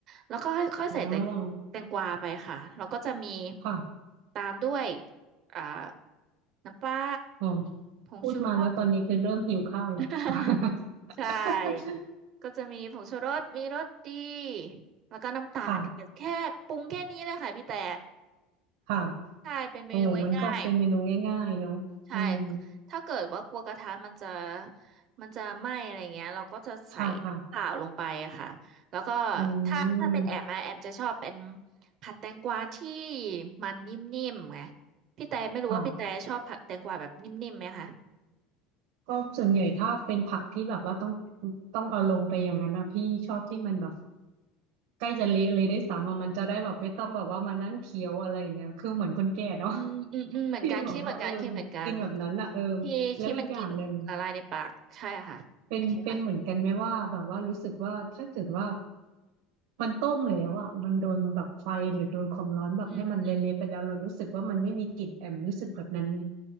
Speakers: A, on the right; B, on the right.
A: แล้วก็ค่อยๆใส่แตงแตงกวาไปค่ะแล้วก็จะมี
B: อ๋อค่ะ
A: ตามด้วยอ่าน้ำปลา
B: อ๋อ
A: ผงชูรส
B: พูดมาแล้วตอนนี้คือเริ่มหิวข้าวแล้ว
A: <laughs>
B: <laughs>
A: ใช่ ก็จะมีผงชูรสมีรสดี แล้วก็น้ำตาลค่ะแค่ปรุงแค่นี้เลยค่ะพี่แต่
B: ค่ะค่ะ
A: ใช่เป็นเมนูง่าย
B: โอ้มันก็เป็นเมนูง่ายๆเนาะอืม
A: ๆใช่ ถ้าเกิดว่ากลัวกระทะมันจะมันจะไหม้อะไรเงี้ยเราก็จะใส่น้ำเปล่าลงไปอะค่ะ
B: ค่ะค่ะ
A: แล้วก็
B: อื
A: ถ้าถ้าเป็นแอมอะแอมจะชอบเป็น
B: ม
A: ผัดแตงกวาที่มันนิ่มๆไงพี่แต่ไม่รู้ว่าพี่แต่ชอบผัดแตงกวาแบบนิ่มๆไหมคะ
B: ค่ะก็ส่วนใหญ่ถ้าเป็นผักที่แบบว่าต้องต้องเอาลงไปอย่างนั้นนะพี่ชอบที่มันแบบใกล้จะเละเลยด้วยซ้ำอะมันจะได้แบบไม่ต้องแบบว่ามานั่งเคี้ยวอะไรอย่างเงี้ยคือเหมือนคนแก่เนาะ
A: อืมอืมอืมเหมือนกันคิดเหมือนกันคิดเหมือนกัน
B: <laughs> ฟิลแบบว่าเออกินแบบนั้นอะเออ
A: ที่ที่มันกินละลายในปากใช่ค่ะโอเคค่ะ
B: แล้วอีกอย่างหนึ่ง เป็นเป็นเหมือนกันไหมว่าแบบว่ารู้สึกว่าถ้าเกิดว่ามันต้มแล้วอ่ะมันโดนแบบไฟหรือโดนความร้อนแบบให้มันเละๆไปแล้วเรารู้สึกว่ามันไม่มีกลิ่นแอมรู้สึกแบบนั้นไหม
A: อืมอืม